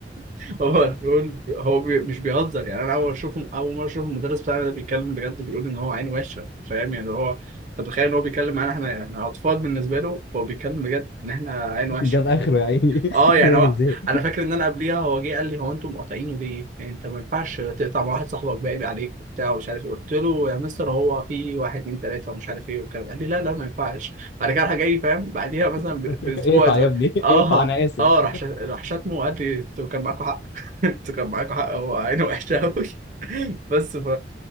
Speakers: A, on the right (about 45°); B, on the left (about 70°).
A: <laughs> هو بيقول هو بي... مش بيهزر يعني انا اول اشوف اول مره اشوف المدرس بتاعنا ده بيتكلم بجد بيقول ان هو عين وشه فاهم يعني هو انت متخيل ان هو بيتكلم معانا احنا احنا اطفال بالنسبه له هو بيتكلم بجد ان احنا عين وشه
B: جاب اخره يا عيني <laughs>
A: اه يعني
B: الراجل
A: هو
B: زهق
A: انا فاكر ان انا قبليها هو جه قال لي هو انتم مقاطعينه ليه؟ يعني انت ما ينفعش تقطع مع واحد صاحبك باقي عليك وبتاع ومش عارف ايه قلت له يا مستر هو في واحد اتنين تلاته ومش عارف ايه والكلام ده. قال لي لا لا ما ينفعش بعد كده راح جاي فاهم بعديها مثلا
B: <laughs>
A: ب- باسبوع
B: اقطع
A: اسبوع
B: يا ابني <laughs>
A: اه
B: اقطع انا اسف
A: اه راح شت- راح شتمه وقال لي انتوا كان معاكم حق <laughs> انتوا كان معاكم حق هو عينه وحشه قوي <laughs> بس ف